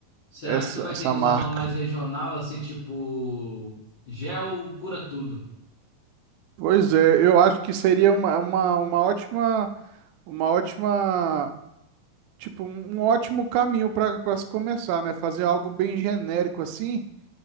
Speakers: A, on the left; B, on the right.
A: Será
B: essa,
A: que tu vai
B: essa
A: ter que
B: marca.
A: usar um nome mais regional, assim, tipo, gel cura tudo?
B: Pois é, eu acho que seria uma, uma, uma ótima, uma ótima, tipo, um um ótimo caminho para para se começar, né? Fazer algo bem genérico assim.